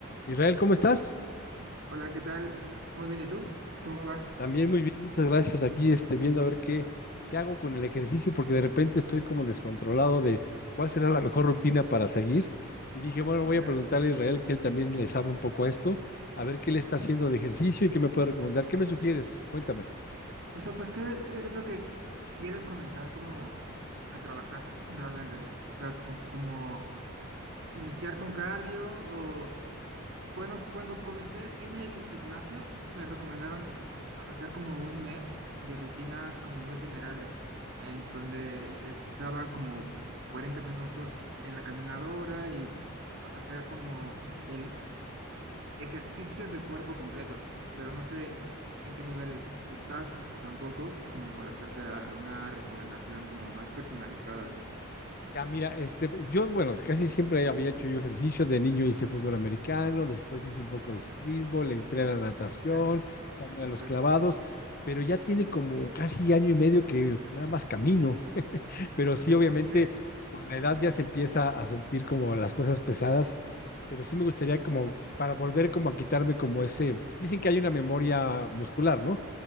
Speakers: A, on the left; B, on the right.
A: Israel, ¿cómo estás?
B: Hola, ¿qué tal? Muy bien, ¿y tú? ¿Cómo vas?
A: También muy bien, muchas gracias. Aquí este, viendo a ver qué, qué hago con el ejercicio, porque de repente estoy como descontrolado de cuál será la mejor rutina para seguir. Y dije, bueno,
B: Ok.
A: voy a preguntarle a Israel, que él también le sabe un poco a esto, a ver qué le está haciendo de ejercicio y qué me puede recomendar. ¿Qué me sugieres? Cuéntame.
B: O sea, pues, ¿qué es lo que quieres comenzar como a trabajar realmente? O sea, co- como iniciar con cardio o, bueno, cuando comencé en el gimnasio, me recomendaron a- hacer como un mes de rutinas como muy generales, en donde estaba como 40 minutos en la caminadora y a- hacer como el Ejercicios de cuerpo completo, pero no sé eh, en qué nivel estás tampoco como para hacerte alguna recomendación como más personalizada.
A: Ya, mira, este, yo, bueno, casi siempre había hecho yo ejercicio. De niño hice fútbol americano, después hice un poco de ciclismo, le entré a la natación,
B: Ok,
A: también
B: Perfecto.
A: a los clavados, pero ya tiene como casi año y medio que nada más camino. <laughs> Pero sí, obviamente,
B: Ok,
A: con la edad ya se empieza a sentir como las cosas pesadas, pero sí me gustaría como para volver como a quitarme como ese, dicen que hay una memoria muscular, ¿no?